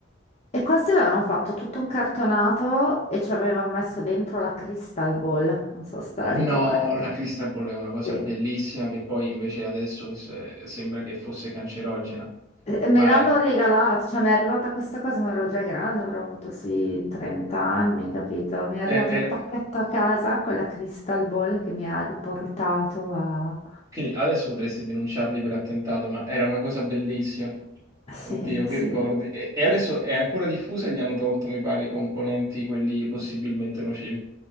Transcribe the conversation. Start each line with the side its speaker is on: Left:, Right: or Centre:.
Left: E questi avevano fatto tutto un cartonato e ci avevano messo dentro la Crystal Ball, non so se te la
Right: No,
Left: ricordi.
Right: la Cristaball è una cosa
Left: Sì.
Right: bellissima che poi invece adesso che se- sembra che fosse cancerogena,
Left: Eh, Me
Right: ma
Left: l'hanno regalata, cioè mi è arrivata questa cosa, ma ero già grande, avrò avuto sui 30 anni, capito? Mi è arrivato
Right: è- è-
Left: il pacchetto a casa con la Crystal Ball che mi ha riportato a...
Right: quindi adesso potresti denunciarli per attentato, ma era una cosa bellissima.
Left: Sì,
Right: Oddio,
Left: sì.
Right: che ricordi. E, e
Left: Eh,
Right: adesso è ancora diffusa e gli hanno tolto, mi pare, i componenti, quelli possibilmente nocivi.